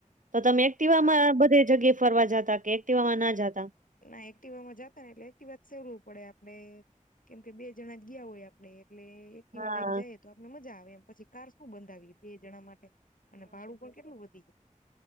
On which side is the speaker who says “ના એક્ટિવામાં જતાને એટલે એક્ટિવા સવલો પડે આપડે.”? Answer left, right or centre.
Left